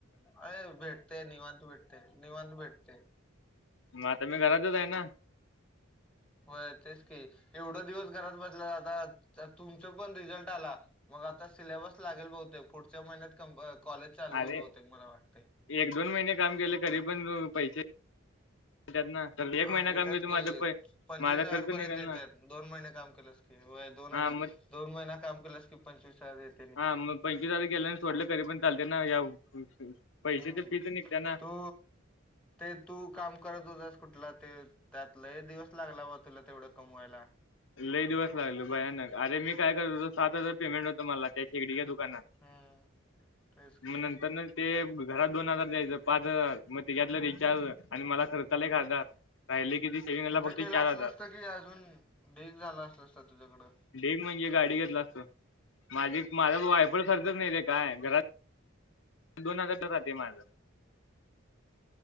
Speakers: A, in the centre; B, on the left.
A: अरे भेटते निवांत भेटते निवांत भेटते.
B: मता मी घरातच आहे ना.
A: हो तेच की एवढं दिवस घरात बसला आता तुमचं पण रिझल्ट आला. मग आता सिलेबस लागेल बहुतेक पुढच्या महिन्यात कॉलेज चाल होईल
B: अरे
A: बहुतेक मला वाटते.
B: एक दोन महिने काम केले करी पण पैसे त्यात ना तर एक
A: हा
B: महिना
A: येतात
B: काम केलं तर
A: की
B: माझं पै
A: पंचवीस
B: माझा
A: हजार
B: खर्च
A: पर्यंत
B: निघेल
A: येतात
B: ना
A: दोन महिने काम केलंस ते दोन हजार
B: हा मग
A: दोन महिना काम केलंस की पंचवीस हजारेत
B: हा मग पंचवीसज गेल्या आणि सोडलं करी पण चालत ना या पैसेचे
A: हम्म
B: फीच निघतेना
A: तू ते तू काम करत होतास कुठला ते त्यातलं दिवस लागला बा तुला तेवढं कमवायला
B: लई दिवस लागलो भयानक अरे मी काय करतो सात हजार पेमेंट होतो मला त्या शेकडीच्या्या दुकानात
A: हम्म तेच की
B: मग नंतर न ते घरात दोन हजार द्यायचं पाच हजार मग ते घेतलं रिचार्ज आणि मला खर् चाला एक हजार राहिले किती सेविंगला
A: तिथं
B: फक्त
A: केलं
B: चार
A: असलं
B: हजार
A: असतं अजून डेग झाला असलासता तुझ्याकडं
B: डग म्हणजे गाडी घेतला असत माझी माझा वायफळ खरचच नाही रे काय घरात दोन हजारचाखात माझ